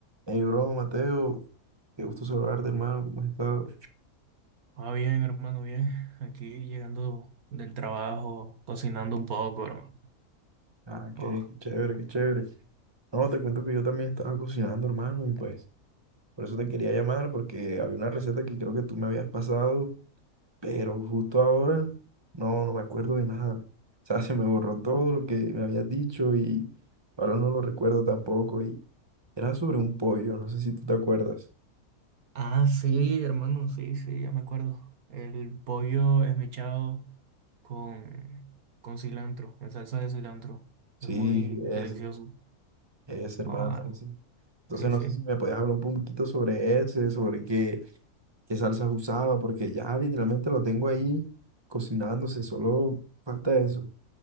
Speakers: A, on the right (about 15°); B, on the right (about 75°).
A: Hey, bro, Mateo, qué gusto saludarte, hermano, ¿cómo has estado?
B: Ah, bien, hermano, bien. Aquí llegando del trabajo, cocinando un poco, hermano.
A: Ah, qué,
B: Oh.
A: qué chévere, qué chévere. No, te cuento que yo también estaba cocinando, hermano, y pues, por eso te quería llamar, porque había una receta que creo que tú me habías pasado, pero justo ahora, no, no me acuerdo de nada. O sea, <laughs> se me borró todo lo que me habías dicho y ahora no lo recuerdo tampoco. Y era sobre un pollo, no sé si tú te acuerdas.
B: Ah, sí, hermano, sí, sí, ya me acuerdo. El pollo esmechado con, con cilantro, en salsa de cilantro.
A: Sí,
B: Es muy
A: ese,
B: delicioso.
A: ese, hermano,
B: Oh, ah,
A: ese. Entonces,
B: sí,
A: no
B: sí.
A: sé si me podías hablar un poquito sobre ese, sobre qué. qué salsas usaba, porque ya literalmente lo tengo ahí cocinándose, solo falta eso.